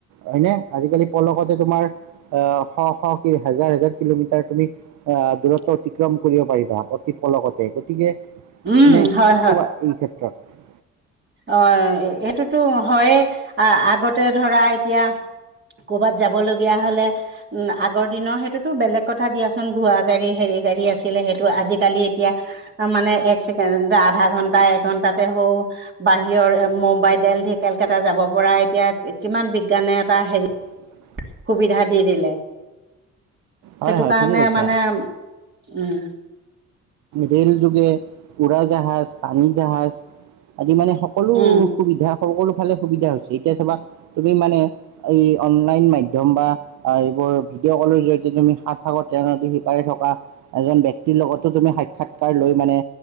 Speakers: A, on the right; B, on the right.
A: হয়নে, আজিকালি পলকতে তোমাৰ আহ শ-শ হেজাৰ-হেজাৰ কিলোমিটাৰ তুমি আহ, দূৰত্ব অতিক্ৰম কৰিব পাৰিবা, অতি অপলকতে, গতিকে,
B: উম
A: মানে
B: হয়
A: কি কবা? এই ক্ষেত্ৰত।
B: অঁ সেইটোতো হয়ে, আ আগতে ধৰা এতিয়া কৰ'বাত যাব লগীয়া হলে উম, আগৰ দিনৰ সেইটোতো বেলেগ কথা দিয়াচোন ঘোৰা গাড়ী হেৰি গাড়ী আছিলে সেইটো আজিকালি এতিয়া মানে এক চকেণ্ড আধা ঘন্টা এঘন্টাতে হৌ বাহিৰৰ এ, মুম্বাই, দেলহি, কেলকাতা যাব পৰা এতিয়া কিমান বিজ্ঞানে এটা হেৰি
A: <unintelligible>
B: সুবিধা দি দিলে,
A: হয়
B: সেইটো
A: হয়
B: কাৰণে
A: ঠিকে কৈছা
B: মানে উম।
A: ৰে'ল যোগে উৰাজাহাজ, পানী জাহাজ আদি মানে সক সকলো
B: উম
A: সুবিধা সকলো ফালে সুবিধা হৈছে, এতিয়া চাবা তুমি মানে এই অনলাইন মাধ্যম বা আহ এইবোৰ ভিডিঅ' কলৰ জৰিয়তে তুমি সাত সাগত তেওঁ নদী সিপাৰে থকা এজন ব্যক্তিৰ লগত টো তুমি সাক্ষাৎকাৰ লৈ মানে